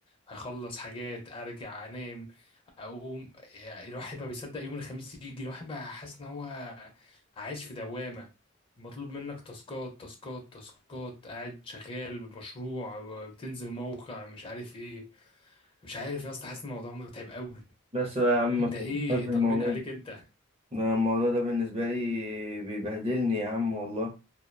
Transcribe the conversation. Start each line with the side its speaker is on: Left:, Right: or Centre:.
Left: هخلص حاجات ارجع انام اقوم يعني الواحد ما بيصدق يوم الخميس يجي الواحد بقى حاسس ان هو عايش في دوامة مطلوب منك تاسكات تاسكات تاسكات قاعد شغال بمشروع بتنزل موقع مش عارف ايه مش عارف يا اسطى حاسس إن الموضوع متعب قوي
Right: بس بقى يا عم
Left: انت
Right: ما تفكرناش
Left: ايه
Right: بالموضوع
Left: طمني عليك
Right: ده
Left: انت
Right: أنا الموضوع ده بالنسبة لي بيبهدلني يا عم والله